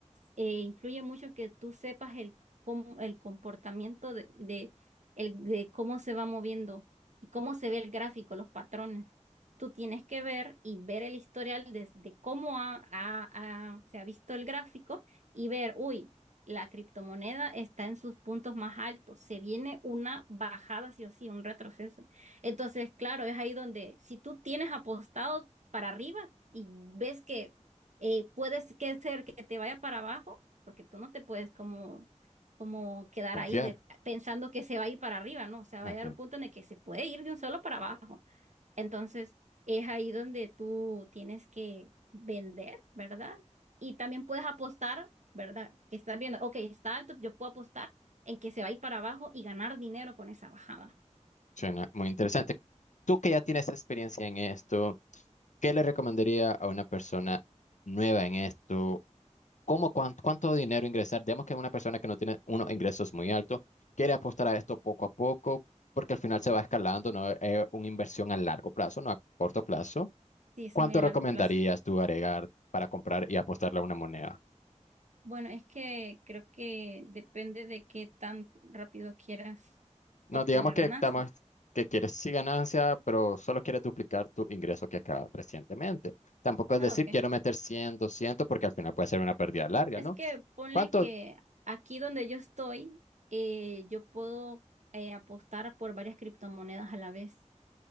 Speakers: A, on the right (about 70°); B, on the left (about 75°).
A: eh, influye mucho que tú sepas el, cómo- el comportamiento de, de, el, de cómo se va moviendo y cómo se ve el gráfico, los patrones. Tú tienes que ver y ver el historial desde cómo ha- ha- ha- se ha visto el gráfico y ver, uy, la criptomoneda está en sus puntos más altos, se viene una bajada sí o sí, un retroceso. Entonces, claro, es ahí donde si tú tienes apostado para arriba y ves que eh, puedes que ser que te vaya para abajo, porque tú no te puedes como, como quedar
B: Confiar.
A: ahí de, pensando que se va a ir para arriba, ¿no? O sea, va
B: Ok.
A: a llegar un punto en el que se puede ir de un solo para abajo. Entonces, es ahí donde tú tienes que vender, ¿verdad? Y también puedes apostar, ¿verdad? Que estás viendo, ok, está alto, yo puedo apostar en que se va a ir para abajo y ganar dinero con esa bajada.
B: Suena muy interesante. Tú que ya tienes experiencia en esto, ¿qué le recomendaría a una persona nueva en esto? ¿Cómo, cuánto, cuánto dinero ingresar? Digamos que una persona que no tiene unos ingresos muy altos quiere apostar a esto poco a poco porque al final se va escalando, no es una inversión a largo plazo, no a corto plazo.
A: Sí, es
B: ¿Cuánto
A: muy a
B: recomendarías
A: largo plazo.
B: tú agregar para comprar y apostarle a una moneda?
A: Bueno, es que creo que depende de qué tan rápido quieras
B: No,
A: obtener
B: digamos que
A: ganancia.
B: estamos, que quieres sí ganancia, pero solo quieres duplicar tu ingreso que acaba recientemente. Tampoco es
A: Ah,
B: decir
A: ok.
B: quiero meter 100 200 porque al final puede ser una pérdida larga,
A: Es
B: ¿no?
A: que ponle
B: ¿Cuánto?
A: que aquí donde yo estoy, eh, yo puedo eh, apostar por varias criptomonedas a la vez.